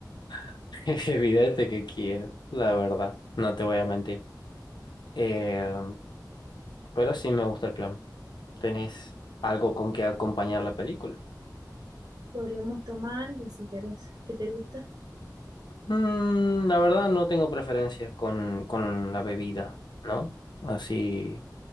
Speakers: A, on the left (about 80°); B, on the right (about 60°).
A: <laughs> Es evidente que quiero, la verdad, no te voy a mentir. Eh, pero sí me gusta el plan. ¿Tenés algo con que acompañar la película?
B: Podríamos tomar algo si quieres. ¿Qué te gusta?
A: Mm, la verdad no tengo preferencias con, con la bebida, ¿no? Así,